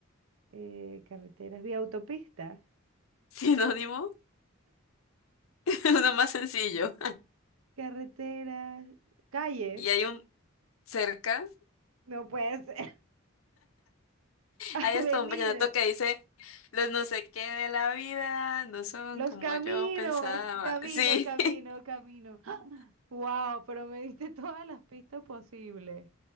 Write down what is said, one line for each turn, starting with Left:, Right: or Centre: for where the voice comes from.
Right: eh, carreteras, vía autopista,
Left: sinónimo, <laughs> uno más sencillo.
Right: carreteras, calles,
Left: Y hay un cerca.
Right: no puede ser, <laughs> avenida,
Left: Hay hasta un vallenato que dice, los no sé qué de la vida no son
Right: los
Left: como
Right: caminos,
Left: yo pensaba.
Right: camino,
Left: Sí.
Right: camino, camino. Wow, pero me diste <laughs> todas las pistas posibles.